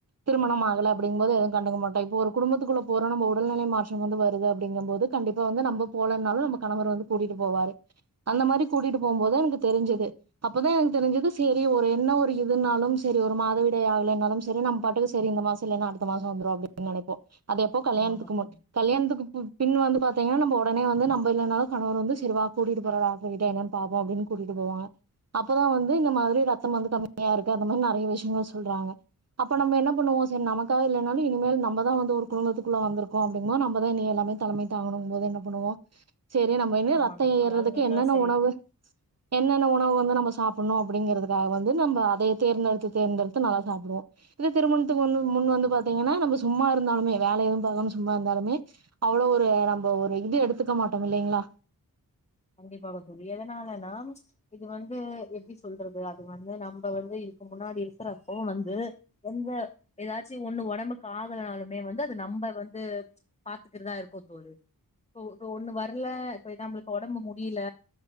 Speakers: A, on the right; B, on the left.
A: திருமணம் ஆகல அப்டிங்கும் போது எதுவும் கண்டுக்கமாட்டோ இப்போ ஒரு குடும்பத்துக்குள்ள போரோனுபோ உடல்நிலை மாற்றம் வந்து வருது அப்டிங்கும் போது கண்டிப்பா வந்து நம்ப போலனாலு நம்ப கணவர் வந்து கூட்டிட்டு போவாரு அந்த மாரி கூட்டிட்டு போகும் போது எனக்கு தெரிஞ்சது அப்பதா எனக்கு தெரிஞ்சது சரி ஒரு என்ன ஒரு <unintelligible> இதுனாலும் செரி ஒரு மாதவிடை ஆகலைனாலும் செரி நம்ப பாட்டுக்கு சரி இந்த மாச இல்லன்னா அடுத்த மாச வந்துரும் அப்டின்னு நெனைப்போம் அது எப்போ கல்யாணத்துக்கு
B: ஆமாங்க
A: முன்
B: தோழி
A: கல்யாணத்துக்கு பி பின் வந்து ப <unintelligible> நம்ப உடனே வந்து நம்ப இல்லனாலும் கணவர் வந்து செரி வா கூட்டிட்டு போராரா போய்ட்டு என்னன்னு பாப்போம் அப்டினு கூட்டிட்டு போவாங்க அப்தான் வந்து இந்த மாரி ரத்தம் வந்து கம்மி தனியா இருக்க அந்த மாரி நெறைய விஷயங்கள் சொல்றாங்க அப்ப நம்ம என்ன பண்ணுவோ சரி நமக்கா இல்லன்னால இனிமேல் நம்மதா வந்து ஒரு குடும்பத்துக்குள்ள வந்திருக்கோ அப்டிங்கும்மோ நம்பதா இனி எல்லாமே தலைமை தாங்கணும் போது என்ன பண்ணுவோம் சரி நம்ம <unintelligible>
B: ஆமாங்க
A: ரத்தம்
B: தோழி
A: ஏறுறதுக்கு
B: அது வேணா
A: என்னென்ன
B: சரி
A: உணவு என்னென்ன உணவு <unintelligible> நம்ப சாப்புண்ணும் அப்டிங்கிறதுக்காக வந்து நம்ம அதைய தேர்ந்தெடுத்து தேர்ந்தெடுத்து நல்லா சாப்டுவோ இது திருமணத்துக்கு மு முன் வந்து பாத்தீங்கனா நம்ம சும்மா இருந்தாலுமே வேல எதுவும் பாக்காம சும்மா இருந்தாலுமே அவ்ளோ ஒரு நம்ம ஒரு இது எடுத்துக்க மாட்டோ இல்லங்ளா
B: கண்டிப்பாக தோழி எதனாலன்னா இது வந்து எப்டி சொல்றது அது வந்து நம்ப வந்து இதுக்கு முன்னாடி இருக்கிறப்ப வந்து எந்த ஏதாச்சு ஒண்ணு ஒடம்புக்கு ஆகலனாலுமே வந்து அது நம்ப வந்து பாத்துக்கரதா இருக்கு தோழி இப்போ இப்போ ஒண்ணு வரல போய்டாம்ப உடம்பு முடியல